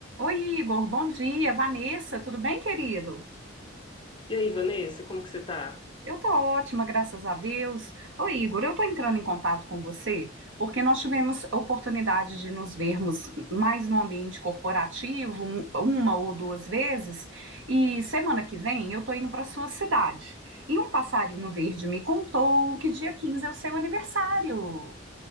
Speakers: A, on the right; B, on the left.
A: Oi, Igor, bom dia. Vanessa, tudo bem, querido?
B: E aí, Vanessa, como que você tá?
A: Eu tô ótima, graças a Deus. Oi, Igor, eu tô entrando em contato com você porque nós tivemos a oportunidade de nos vermos mais no ambiente corporativo, um- uma ou duas vezes, e semana que vem eu tô indo para sua cidade. E um passarinho verde me contou que dia 15 é o seu aniversário.